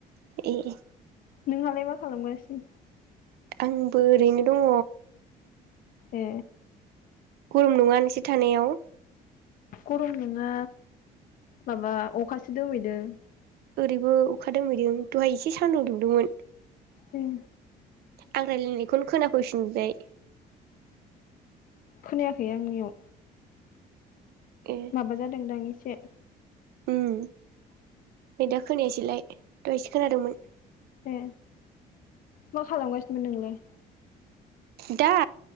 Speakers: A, on the right; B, on the left.
A: ए
B: नोंहालाय मा खालामगासिनो?
A: आंबो ओरैनो दङ।
B: ए
A: गरम नङा नोंसोर थानायाव?
B: गरम नङा। माबा अखासो दोमैदों। <inaudible>
A: ओरैबो अखा दोमैदों दहाय एसे सान्दुं दुंदोंमोन।
B: उम
A: आं रायलायनायखौनो खोनाफैफिनबाय।
B: खोनायाखै आंनियाव।
A: ए
B: माबा जादोंदां एसे से
A: उम नै दा खोनायासैलाय दहायसो खोनादोंमोन।
B: ए मा खालामगासिनोमोन नोंलाय?
A: दा?